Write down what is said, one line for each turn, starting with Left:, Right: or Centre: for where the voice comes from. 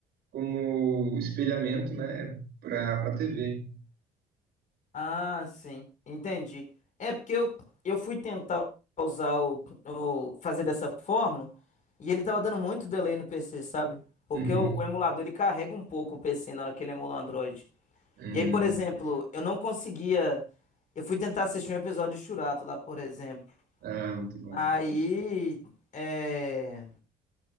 Right: como espelhamento, né, para a TV.
Left: Ah, sim, entendi. É porque eu, eu fui tentar usar o, o- fazer dessa forma e ele tava dando muito delay no PC, sabe? Porque
Right: Uhum.
Left: o, o emulador ele carrega um pouco o PC na hora que ele emula o Android.
Right: Hum.
Left: E aí, por exemplo, eu não conseguia. Eu fui tentar assistir um episódio de Churato lá, por exemplo.
Right: Ah, muito bom.
Left: Aí. É.